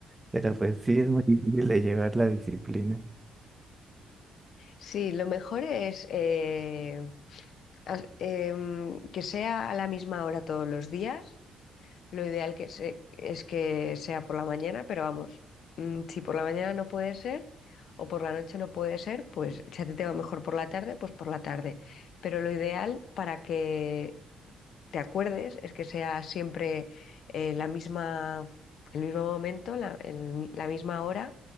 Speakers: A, on the right; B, on the left.
A: pero pues sí es muy difícil de llevar la disciplina.
B: sí, lo mejor es eh, as- em, que sea a la misma hora todos los días Lo ideal que se- es que sea por la mañana, pero vamos, mm, si por la mañana no puede ser o por la noche no puede ser, pues si a ti te va mejor por la tarde, pues por la tarde. Pero lo ideal para que te acuerdes es que sea siempre eh, la misma, el mismo momento, la, el mi- la misma hora